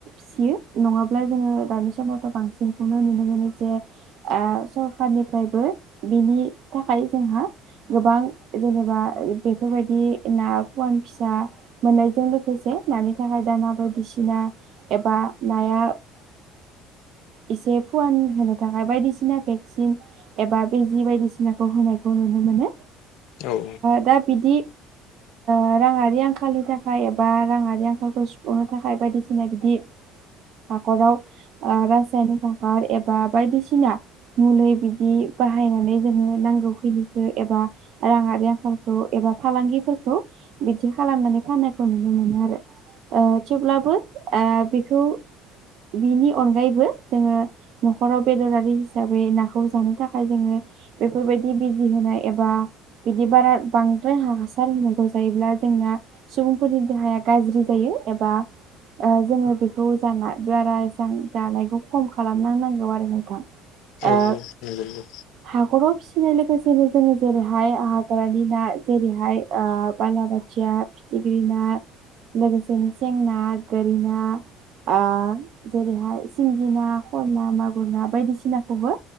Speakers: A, on the right; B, on the left.
A: फियो नङाब्ला जोङो दानि समाव' बांसिन नुनो मोनो जे सरखारनिफ्रायबो बिनि थाखाय जोंहा गोबां जेनेबा बेफोर बायदि ना फुवान फिसा मोननायजों लोगोसे नानि थाखाय दाना बायदिसिना एबा नाया एसे फुवान होनो थाखाय बायदिसिना भेक्सिन एबा बिजि बायदिसिनाखौ होनायखौ नुनो मोनो।
B: औ
A: दा बिदि। राङारि आंखालनि थाखाय एबा राङारि आंखालखौ सुफुंनो थाखाय बायदिसिना बिदि हाखराव ओ रासायनिक हासार एबा बायदिसिना मुलै बिदि बाहायनानै जोङो नांगौखिनिखौ एबा राङारि आखालखौ एबा फालांगिफोरखौ बिदि खालामनानै नानै नुनो मोनो आरो ओ थेवब्लाबो ओ बेखौ बेनि अनगायैबो जोङो न'खराव बेदरारि हिसाबै नाखौ जानो थाखाय जोङो बेफोरबाय बिदि बिजि होनाय एबा बिदि बारा बांद्राय हासार होनांगौ जायोब्ला जोंना सुबुंफोरनि देहाया गाज्रि जायो एबा ओ जोङो बेखौ जाना बारा एसां जानायखौ खम खालामना होनांगौ आरो नोंथां
B: औ
A: ओ
B: नंगौ नंगौ
A: हाखराव फि फिनाय लोगोसेनो जोङो जेरैहाय हाग्रानि ना जेरैहाय ओ बालाबोथिया फिथि ग्रि ना लोगोसेनो सेंना गोरिना ओ जेरैहाय सिंगिना ना खला मागुरना बायदिसिनाखौबो